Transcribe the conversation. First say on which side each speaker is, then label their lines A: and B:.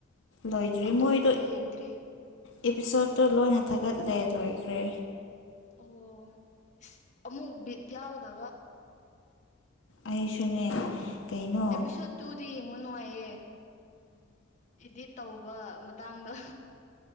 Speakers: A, on the left (about 65°); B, on the left (about 35°).
A: ꯂꯣꯏꯗ꯭ꯔꯤ
B: ꯑꯇꯣꯞꯄꯗꯤ
A: ꯃꯣꯏꯗꯣ
B: ꯌꯦꯡꯗ꯭ꯔꯤ
A: ꯑꯦꯄꯤꯁꯣꯠꯇꯣ ꯂꯣꯏꯅ ꯊꯥꯒꯠ ꯂꯣꯏꯈ꯭ꯔꯦ
B: ꯑꯣ ꯑꯃꯨꯛ ꯌꯥꯎꯗꯕ
A: ꯑꯩꯁꯨꯅꯦ ꯀꯩꯅꯣ
B: ꯑꯦꯄꯤꯁꯣꯗ ꯇꯨꯗꯤ ꯌꯦꯡꯕ ꯅꯨꯡꯉꯥꯏꯌꯦ ꯏꯗꯤꯠ ꯇꯧꯕ ꯃꯇꯥꯡꯗ